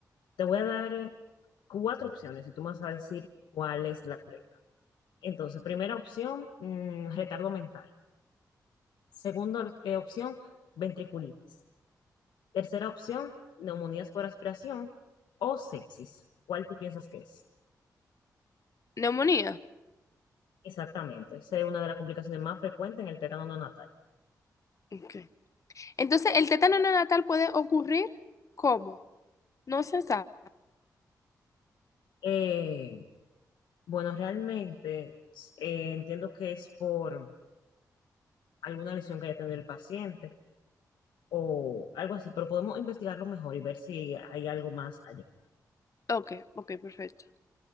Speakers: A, on the left; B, on the left.
A: Te voy a dar eh, cuatro opciones y tú me vas a decir cuál es la correcta. Entonces, primera opción, mm, retardo mental. Segunda eh, opción, ventriculitis. Tercera opción, neumonías por aspiración o sepsis. ¿Cuál tú piensas que es?
B: Neumonía.
A: Exactamente, esa es una de las complicaciones más frecuentes en el tétano neonatal.
B: Ok. Entonces, el tétano neonatal puede ocurrir ¿cómo? No se sabe.
A: Eh, bueno, realmente eh, entiendo que es por alguna lesión que haya tenido el paciente o algo así, pero podemos investigarlo mejor y ver si hay algo más allá.
B: Ok, ok, perfecto.